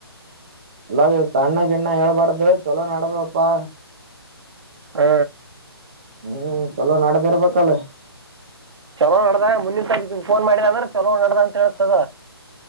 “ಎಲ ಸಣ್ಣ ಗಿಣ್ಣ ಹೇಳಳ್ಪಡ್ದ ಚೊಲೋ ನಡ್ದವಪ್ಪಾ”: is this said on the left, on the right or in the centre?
Right